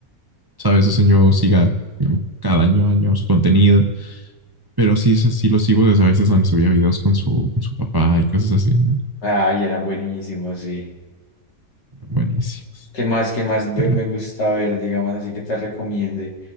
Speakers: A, on the right (about 20°); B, on the left (about 75°).
A: sabes, o sea, yo siga mm, cada año, años contenido, pero sí, sí sí lo sigo desde a veces donde subía videos con su, con su papá y cosas así, ¿no?
B: Ay, eran buenísimos, sí.
A: Buenísimos.
B: ¿Qué más, qué más ve-
A: Pero-
B: me gusta ver, digamos, así que te recomiende?